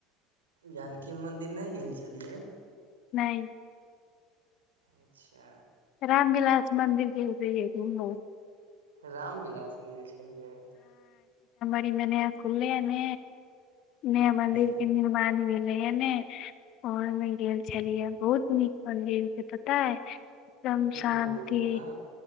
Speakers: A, on the right; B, on the left.
A: जानकी मन्दिर नहि गेल छलियै
B: नहि
A: अच्छा
B: रामविलास मन्दिर भिरतै घूमय
A: रामविलास गेल छलियै
B: क म न खुलिया ने नया मन्दिर
A: अच्छा
B: के निर्माण भेल ने भोर मे गेल छलियै बहुत नीक मंदिर छैय से पता ह एकदम
A: नीक
B: शान्ति
A: मन्दिर यऽ ने